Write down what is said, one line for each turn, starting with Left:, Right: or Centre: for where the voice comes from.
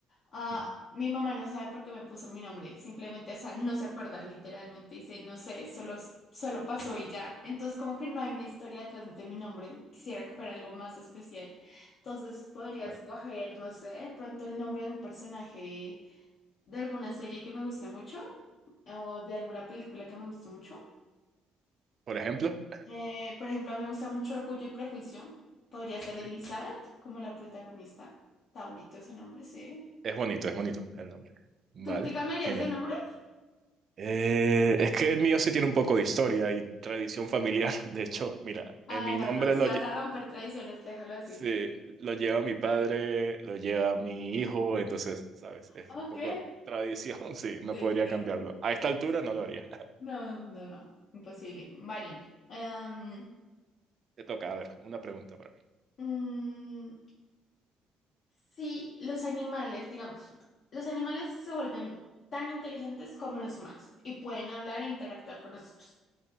Left: Ah,
Right: Mm.
Left: mi mamá no sabe por qué me puso mi nombre, simplemente, o sea, no se acuerda, literalmente dice, no sé, solo, solo pasó y ya. Entonces, como que no hay una historia detrás de mi nombre, quisiera que fuera algo más especial. Entonces, podrías
Right: Vale.
Left: coger, no sé, de pronto el nombre de un personaje de alguna serie que me guste mucho o de alguna película que me guste mucho.
Right: Por ejemplo,
Left: Eh, por ejemplo, me gusta mucho Orgullo y Prejuicio, podría ser Elizabeth
Right: sí.
Left: como la protagonista. Está bonito ese nombre, sí.
Right: es bonito, es bonito el nombre. Vale,
Left: ¿Tú te cambiarías
Right: genial.
Left: de nombre?
Right: Eh, es que el mío sí tiene un poco de historia y tradición familiar. <laughs> De hecho, mira,
Left: Ah,
Right: en mi
Left: no,
Right: nombre
Left: no, si
Right: lo,
Left: vas
Right: lle-
Left: a romper tradiciones, déjalo así.
Right: sí, lo lleva mi padre, lo lleva mi hijo, entonces, ¿sabes? Es
Left: Ok,
Right: un poco tradición, <laughs> sí, no
Left: sí.
Right: podría cambiarlo. A esta altura no lo haría.
Left: No, no, no, imposible. Vale. Em,
Right: <laughs> Te toca, a ver, una pregunta para mí.
Left: mm, sí, los animales, digamos, los animales se vuelven tan inteligentes como los humanos y pueden hablar e interactuar con nosotros.